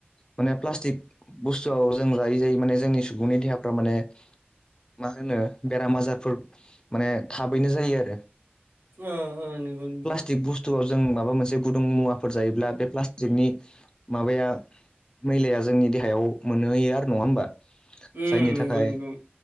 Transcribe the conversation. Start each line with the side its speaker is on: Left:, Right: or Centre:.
Left: माने प्लास्टिक बुस्थुआव जों जायै जायै माने जोंनि सुबुंनि देहाफ्रा माने मा होनो बेराम आजारफोर माने थाबैनो जायो आरो
Right: ओ ओ नंगौ नंगौ
Left: टिक बुस्थुव जों माबा मोनसे गुदुं मुवाफोर जायोब्ला बे प्लास्टिकनि माबाया मैलाया जोंनि देहायाव मोनहैयो आरो नङा होमबा
Right: उम
Left: जायनि
Right: नंगौ
Left: थाखाय
Right: नंगौ